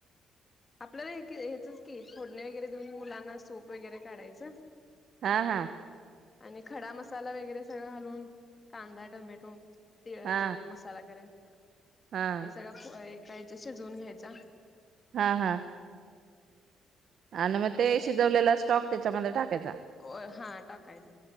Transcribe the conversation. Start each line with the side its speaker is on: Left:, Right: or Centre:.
Left: आपल्याला कि ह्याचंच की फोडणी वगैरे देऊन मुलांना सूप वगैरे काढायचं.
Right: हा हा.
Left: आणि खडा मसाला वगैरे सगळं घालून कांदा, टोमॅटो, तिळ,
Right: हा
Left: जिरे, मसाला करायचा.
Right: हा हा
Left: हे सगळ <unintelligible> फ्राय च सिजवून घ्यायच.
Right: हां हां. आणि मग ते शिजवलेला स्टॉक त्याच्यामध्ये टाकायचा.
Left: हा टाकायचा